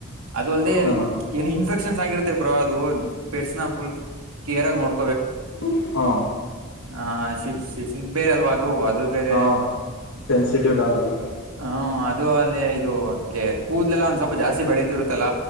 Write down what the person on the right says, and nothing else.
ಅದು ಅಲ್ಲದೆೇ
<inaudible> ಏನ್ ಇನ್ಫೆಕ್ಷನ್ಸ್ ಆಗಿರುತ್ತೆ ಬ್ರೋ ಅದು ಪೆಟ್ಸ್ ನ ಫುಲ್ ಕೇರಾಗ್ ನೋಡ್
ಹಾ ಶಿಡ್ ಸಿಡ್ ಶಿಡ್ ಬೇರೆ ಅಲ್ವಾ ಅದೂ. ಅದು ಬೇರೆ
ಹ. ಇದು ಅಲ್ಲೇ ಇದು ಅದಕ್ಕೆ ಕೂದಲೆಲ್ಲ ಒಂದ ಸ್ವಲ್ಪ ಜಾಸ್ತಿ ಬೆಳೀತಿರುತ್ತಲ್ಲ